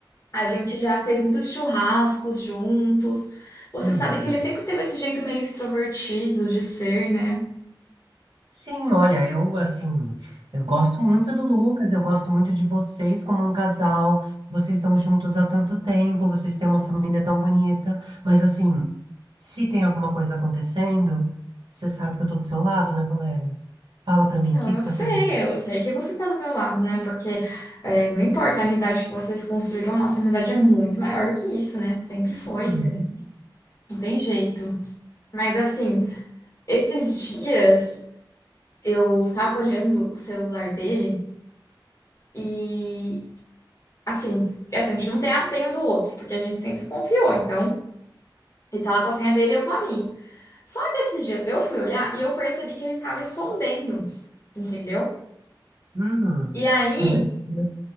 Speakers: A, on the left (about 40°); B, on the right (about 65°).
A: a gente já fez muitos churrascos juntos. Você
B: Uhum.
A: sabe que ele sempre teve esse jeito meio extrovertido de ser, né?
B: Sim, olha, eu assim, eu gosto muito do Lucas, eu gosto muito de vocês como um casal. Vocês estão juntos há tanto tempo, vocês têm uma família tão bonita, mas assim, se tem alguma coisa acontecendo, você sabe que eu tô do seu lado, né, Valéria? Fala pra mim,
A: Então
B: o que
A: eu
B: que tá
A: sei,
B: pegando?
A: eu sei que você tá do meu lado, né? Porque é, não importa a amizade que vocês construíram, a nossa amizade é muito maior do que isso, né? Sempre foi,
B: Hum,
A: é, não tem jeito. Mas assim, esses dias eu tava olhando o celular dele e assim, porque, assim, a gente não tem a senha do outro, porque a gente sempre confiou, então ele tá lá com a senha dele e eu com a minha. Só que esses dias eu fui olhar e eu percebi que ele estava escondendo, entendeu?
B: hum,
A: E aí,
B: você percebeu,